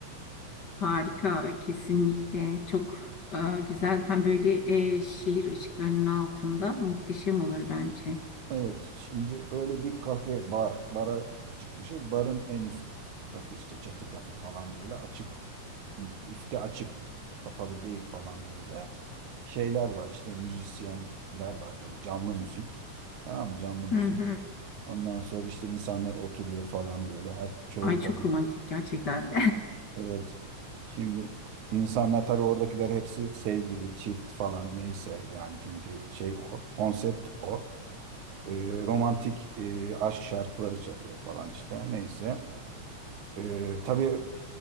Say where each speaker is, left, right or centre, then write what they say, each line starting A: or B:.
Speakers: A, on the left; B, on the right.
A: Harika kesinlikle çok e, güzel tam böyle e, şehir ışıklarının altında muhteşem olur bence.
B: Evet, şimdi öyle bir kafe, bar, bara çıkmışız. Barın en üst katı işte çatı katı falan böyle açık, üstü açık, kapalı değil falan böyle. Şeyler var işte müzisyenler var böyle canlı müzik. Tamam mı? canlı müzik.
A: Hı hı.
B: Ondan sonra işte insanlar oturuyor falan böyle. Her çoğu
A: Ay
B: tabii.
A: çok romantik gerçekten.
B: Evet. Şimdi insanlar tabii oradakiler hepsi sevgili, çift falan neyse yani çünkü şey o. Konsept o. Ee, romantik e, aşk şarkıları çalıyor falan işte neyse. Ee, tabii